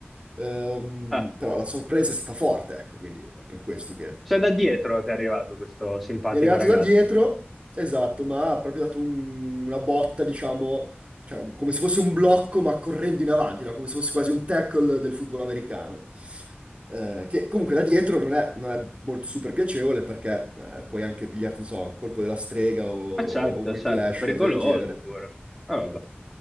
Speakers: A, on the right; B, in the centre.
A: Ehm,
B: Ah,
A: però la sorpresa è stata forte, ecco, quindi è per questo che...
B: cioè da dietro ti è arrivato questo simpatico
A: Mi è arrivato
B: ragazzo.
A: da dietro, esatto, ma ha proprio dato un- una botta, diciamo, cioè, un- come se fosse un blocco, ma correndo in avanti, no? Come se fosse quasi un tackle del football americano. Eh, che comunque da dietro non è, non è molto super piacevole perché eh, puoi anche pigliarti, non so, colpo della strega o, o,
B: Ah, certo,
A: o whiplash,
B: certo, pericoloso
A: cose del genere.
B: pure. Ah, vabbè.